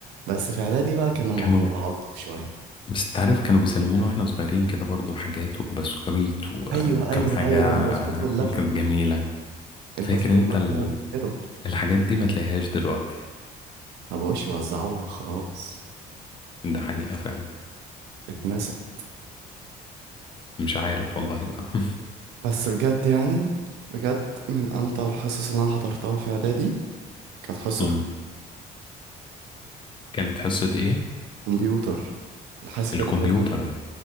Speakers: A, on the right; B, on the left.
A: بس في إعدادي بقى كان الموضوع
B: كانوا
A: ألطف شوية
B: بس تعرف كانوا بيسلمونا واحنا صغيرين كده برضو حاجات وبسكويت و...
A: أيوة
B: وكم
A: أيوة
B: حاجة
A: أيوة البسكوت واللبن
B: كانت جميلة
A: البسكوت
B: فاكر انت
A: واللبن
B: ال...
A: فاكرهم
B: الحاجات دي ما تلاقيهاش دلوقتي
A: ما بقوش يوزعوها خلاص
B: ده حقيقة فعلا
A: اتنست
B: مش عارف والله بقى <laughs>
A: بس بجد يعني بجد من أمتع الحصص اللي أنا حضرتها في إعدادي كانت حصة
B: مم. كانت حصة ايه
A: كمبيوتر الحاسب
B: الكمبيوتر
A: الآلي